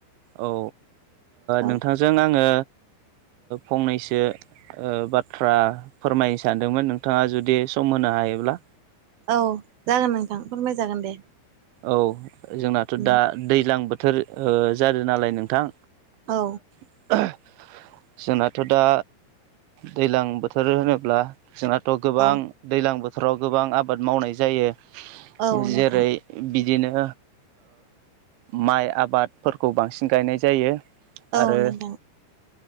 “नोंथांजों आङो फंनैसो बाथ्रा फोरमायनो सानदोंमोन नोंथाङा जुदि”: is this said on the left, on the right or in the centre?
Right